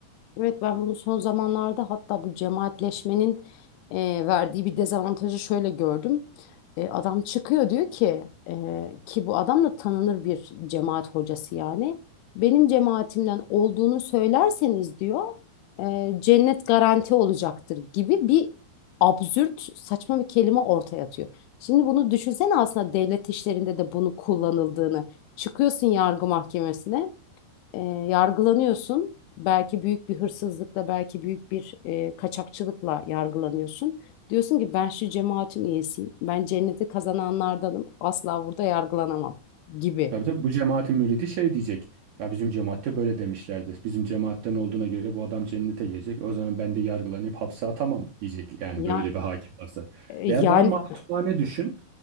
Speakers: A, on the left; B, on the right.
A: Evet ben bunu son zamanlarda hatta bu cemaatleşmenin e, verdiği bir dezavantajı şöyle gördüm. E, adam çıkıyor diyor ki e, ki bu adam da tanınır bir cemaat hocası yani. Benim cemaatimden olduğunu söylerseniz diyor e, cennet garanti olacaktır gibi bir absürt saçma bir kelime ortaya atıyor. Şimdi bunu düşünsene aslında devlet işlerinde de bunu kullanıldığını. Çıkıyorsun yargı mahkemesine e, yargılanıyorsun. Belki büyük bir hırsızlıkla, belki büyük bir e, kaçakçılıkla yargılanıyorsun. Diyorsun ki ben şu cemaatin üyesiyim. Ben cenneti kazananlardanım. Asla burada yargılanamam gibi.
B: Tabii tabii bu cemaatin müridi şey diyecek. Ya bizim cemaatte böyle demişlerdi. Bizim cemaatten olduğuna göre bu adam cennete gelecek. O zaman ben de yargılanıp hapse atamam diyecek. Yani
A: Ya,
B: böyle bir hakim varsa.
A: e,
B: Veya
A: yani
B: daha masumane düşün.